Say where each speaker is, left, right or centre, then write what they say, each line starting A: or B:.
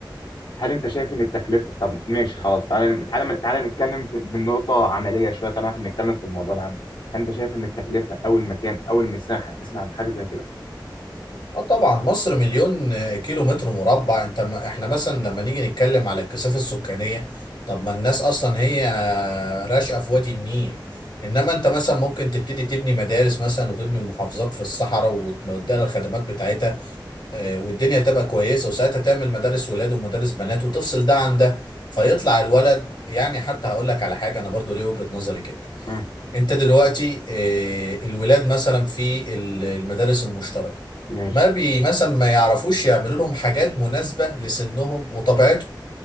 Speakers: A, on the left (about 80°); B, on the left (about 65°).
A: هل انت شايف ان التكلفه طب ماشي خلاص تعالى تعالى تعالى نتكلم في- بالنقطه عمليه شويه طالما احنا بنتكلم في الموضوع العام هل انت شايف ان التكلفه او المكان او المساحه تسمع بحاجه زي كده؟
B: اه طبعا مصر مليون آه، كيلو متر مربع انت ما احنا مثلا لما نيجي نتكلم على الكثافه السكانيه طب ما الناس اصلا هي آه، راشقه في وادي النيل انما انت مثلا ممكن تبتدي تبني مدارس مثلا وتبني محافظات في الصحراء وتديها الخدمات بتاعتها آه، والدنيا تبقى كويسه وساعتها تعمل مدارس ولاد ومدارس بنات وتفصل ده عن ده فيطلع الولد يعني حتى هقول لك على حاجه انا برضو ليه وجهه نظري كده
A: مم.
B: انت دلوقتي آه، الولاد مثلا في ال- المدارس المشتركه
A: ماشي
B: ما بي مثلا ما يعرفوش يعملوا لهم حاجات مناسبة لسنهم وطبيعتهم